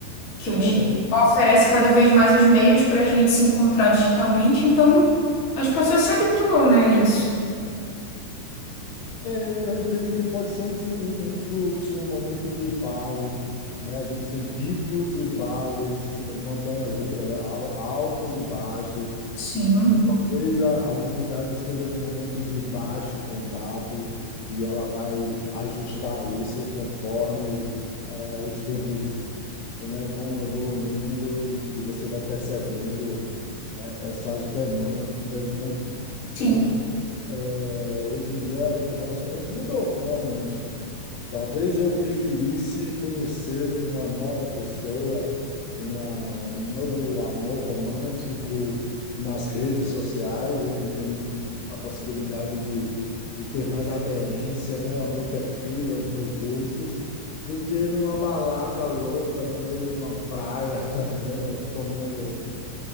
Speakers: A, on the left (about 35°); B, on the left (about 75°).
A: que o
B: É,
A: digital oferece cada vez mais os meios para a gente se encontrar digitalmente, então as pessoas se habituam, né, a isso.
B: É, eu, eu entendo que pode ser um, fu- um fluxo, um momento de vale, né? A gente tem picos e vales, eh, montanhas ru- eh, al- altos e baixos.
A: Sim,
B: Então, talvez a, a humanidade esteja num momento de baixo contato e ela vai ajustar isso conforme eh, os tempos, né, vão evoluindo e, e você vai percebendo é, essas demandas, né? Então,
A: sim.
B: é, hoje em dia o relacionamento mudou, realmente. Talvez eu preferisse conhecer uma nova pessoa, uma, um novo amor romântico nas redes sociais, onde tem a possibilidade de, de ter mais aderência, né, ao meu perfil, aos meus gostos, do que numa balada louca no meio de uma praia, <laughs> né, tomando